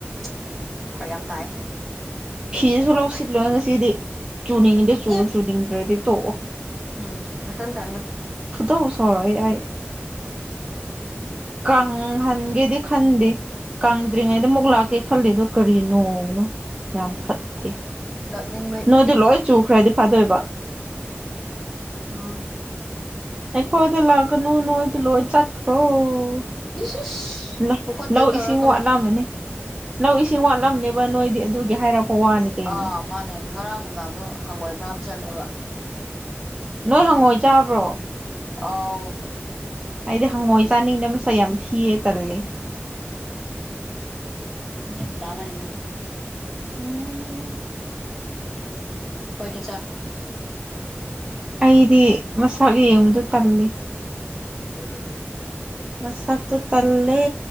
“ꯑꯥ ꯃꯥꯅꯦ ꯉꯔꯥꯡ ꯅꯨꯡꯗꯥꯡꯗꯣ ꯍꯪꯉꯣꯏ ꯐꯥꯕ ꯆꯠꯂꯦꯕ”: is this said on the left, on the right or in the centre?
Centre